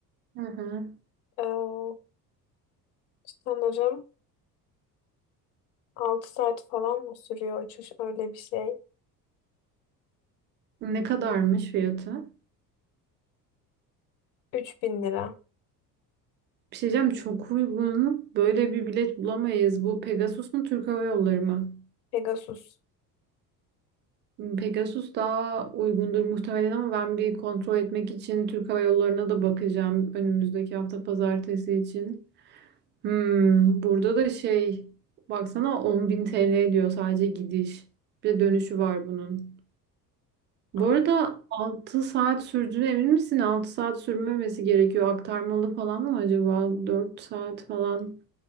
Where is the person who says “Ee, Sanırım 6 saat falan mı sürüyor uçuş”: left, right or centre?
Left